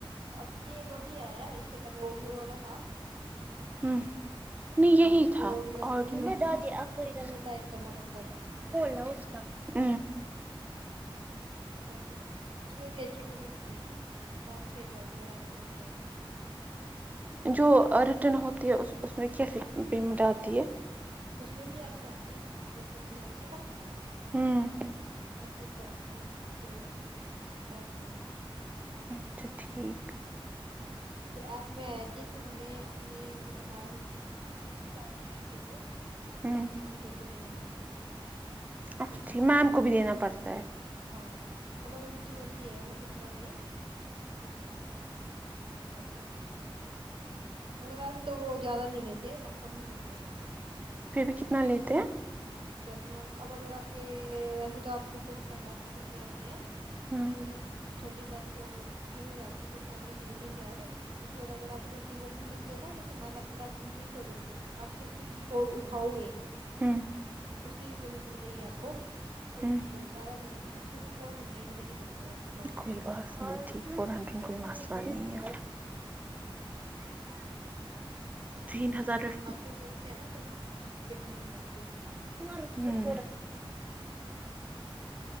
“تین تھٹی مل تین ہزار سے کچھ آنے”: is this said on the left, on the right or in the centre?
Right